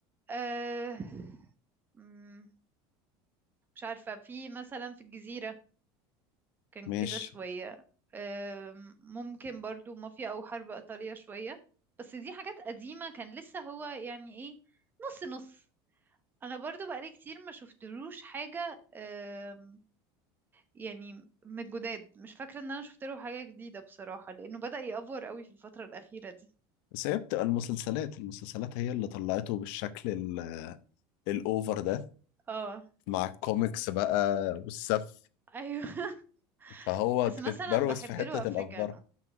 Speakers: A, on the right; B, on the left.
A: آه... مم، مش عارفة في مثلا في الجزيرة كان
B: مش
A: كده شوية آه... ممكن برضو مافيا أو حرب إيطالية شوية بس دي حاجات قديمة كان لسه هو يعني ايه نص نص أنا برضو بقالي كتير ما شفتلوش حاجة آه... يعني من الجداد مش فاكرة ان انا شفت له حاجة جديدة بصراحة لانه بدأ يأفور قوي في الفترة الأخيرة دي
B: بس هي بتبقى المسلسلات المسلسلات هي اللي طلعته بالشكل ال- الاوفر ده
A: اه
B: مع الكوميكس بقى والسف
A: ايوه <laughs>
B: فهو
A: بس
B: ات-
A: مثلا
B: اتبروز
A: بحب
B: في حته
A: له افريكانو
B: الافبره